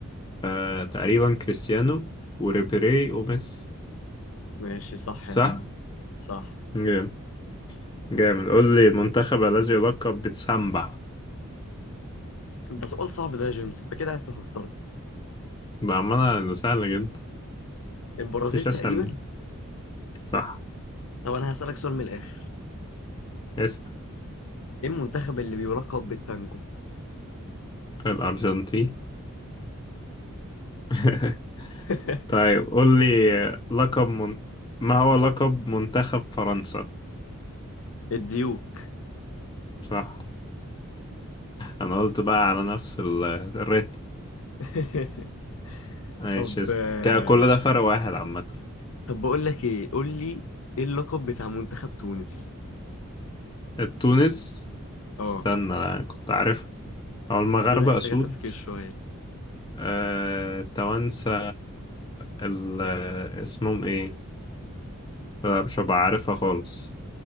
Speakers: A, on the left; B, on the left.
A: آه تقريبا كريستيانو وريبيري وميسي
B: ماشي صح
A: صح؟
B: يا عم صح
A: جامد جامد قول لي المنتخب الذي يلقب بتسامبا
B: ده سؤال صعب ده يا جيمس انت كده عايز تخسرني
A: بأمانة ده سهل جدا
B: البرازيل
A: مفيش
B: تقريبا
A: أسهل من صح
B: طب انا هسألك سؤال من الاخر
A: اسأل
B: ايه المنتخب اللي بيلقب بالتانجو
A: الأرجنتين <laughs>
B: <laughs>
A: طيب قول لي لقب من... ما هو لقب منتخب فرنسا
B: الديوك
A: صح أنا قلت بقى على نفس ال- الريتم
B: <laughs>
A: ماشي
B: طب
A: اسأل
B: آه،
A: كده كل ده فرق واحد عامة
B: طب بقول لك ايه قول لي ايه اللقب بتاع منتخب تونس
A: التونس
B: اه
A: استنى أنا كنت عارف أو المغاربة
B: دي محتاجة
A: أسود
B: تفكير شوية
A: آه... التوانسة ال... اسمهم إيه لا مش هبقى عارفها خالص